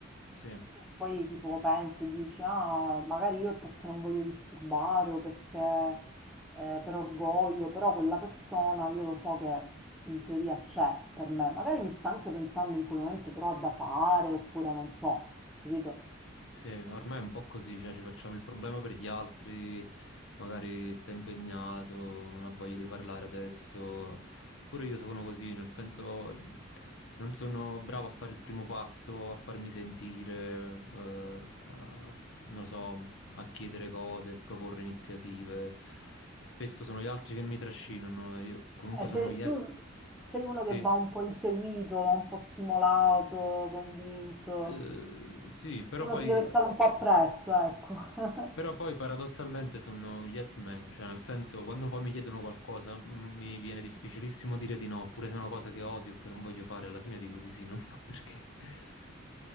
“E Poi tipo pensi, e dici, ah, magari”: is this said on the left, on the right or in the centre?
Centre